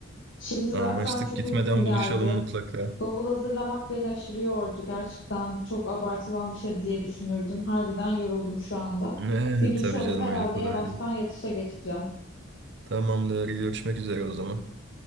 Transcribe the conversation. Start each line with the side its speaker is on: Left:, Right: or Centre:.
Left: Şimdi
Right: Anlaştık
Left: zaten çok
Right: gitmeden
Left: uykum geldi.
Right: buluşalım mutlaka.
Left: Bavul hazırlamak beni aşırı yordu. Gerçekten çok abartılan bir şey diye düşünürdüm. Harbiden yoruldum şu anda.
Right: Ne
Left: Bir duş
Right: tabii
Left: alıp
Right: canım
Left: herhalde
Right: öyle kolay
Left: yavaştan
Right: değil.
Left: yatışa geçeceğim.
Right: Tamamdır görüşmek üzere o zaman.